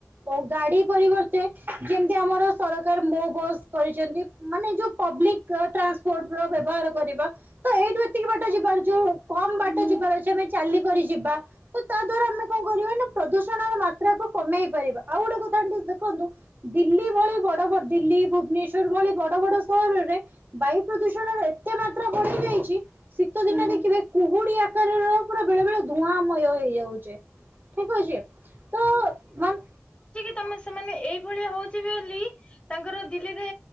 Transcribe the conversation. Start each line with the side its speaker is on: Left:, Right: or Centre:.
Right: ଓ ଗାଡି ପରିବର୍ତ ତେ ଯେମିତି ଆମର ସରକାର ମୋ ବସ୍ କରିଚନ୍ତି। ମାନେ ଯୋଉ ପବ୍ଲିକ୍ ଟ୍ରାନ୍ସ ପୋର୍ଟ ର ବ୍ୟବହାର କରିବା। ତ ଏଇଠୁ ଏତିକି ବାଟ ଯିବାର ଯୋଉ କମ୍ ବାଟ ଯିବାର ଅଛି ଆମେ ଚାଲିକରି ଯିବା। ତ ତା ଦ୍ଵାରା ଆମେ କଣ କରିବା ନା ପ୍ରଦୂଷଣର ମାତ୍ରାକୁ କମେଇ ପାରିବା। ଆଉ ଗୋଟେ କଥା ଆଣ୍ଟି ଦେଖନ୍ତୁ, ଦିଲ୍ଲୀ ଭଳି ବଡ ବଡ ଦିଲ୍ଲୀ, ଭୁବନେଶ୍ୱର ଭଳି ବଡ ବଡ ସହରରେ ବାୟୁ ପ୍ରଦୂଷଣର ଏତେ ମାତ୍ରା ବଢି ଯାଇଚି ଶୀତ ଦିନ ଦେଖିବେ କୁହୁଡି ଆ କାରଣ ରୁ ପୁରା ବେଳେ ବେଳେ ଧୂଆଁମୟ ହେଇଯାଉଚି। ଠିକ୍ ଅଛି। ତ ମ୍ୟାମ୍
Left: ତା ମାନେ ସେମାନେ ଏଇଭଳିଆ ହଉଚି ବୋଲି ତାଙ୍କର ଦିଲ୍ଲୀରେ